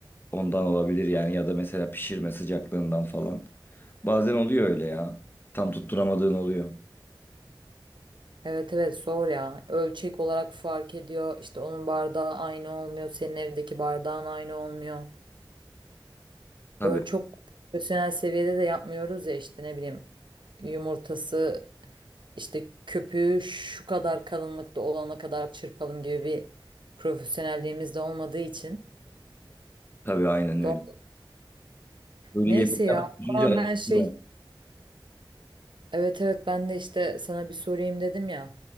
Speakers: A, on the left; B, on the right.
A: Ondan olabilir yani ya da mesela pişirme sıcaklığından falan. Bazen oluyor öyle ya. Tam tutturamadığın oluyor.
B: Evet evet zor ya. Ölçek olarak fark ediyor. İşte onun bardağı aynı olmuyor. Senin evdeki bardağın aynı olmuyor.
A: Tabii
B: Böyle çok profesyonel seviyede de yapmıyoruz ya işte ne bileyim yumurtası İşte köpüğü şu kadar kalınlıkta olana kadar çırpalım gibi bir profesyonelliğimiz de olmadığı için.
A: tabii aynen öyle.
B: Do-
A: Böyle
B: Neyse
A: yemekten
B: ya
A: düşünce
B: ama
A: acıktım
B: ben şey
A: ben.
B: evet evet ben de işte sana bir sorayım dedim ya.